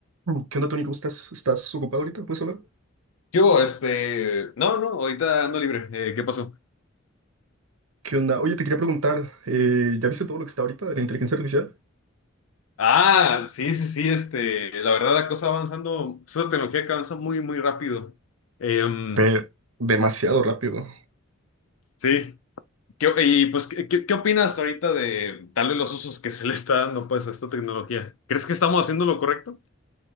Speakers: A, on the right; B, on the left.
A: Mm. ¿Qué onda, Tony? ¿Cómo estás? ¿Estás ocupado ahorita? ¿Puedes hablar?
B: yo Este, no, no, ahorita ando libre. Eh, ¿qué pasó?
A: ¿Qué onda? Oye, te quería preguntar, eh, ¿ya viste todo lo que está ahorita de la inteligencia artificial?
B: Ah, sí, sí, sí, este, la verdad la cosa avanzando, es una tecnología que avanza muy, muy rápido. Em,
A: Pero demasiado rápido.
B: sí, ¿Qué- y pues, ¿qué, qué, qué opinas ahorita de tal vez los usos que se le está dando pues a esta tecnología? ¿Crees que estamos haciendo lo correcto?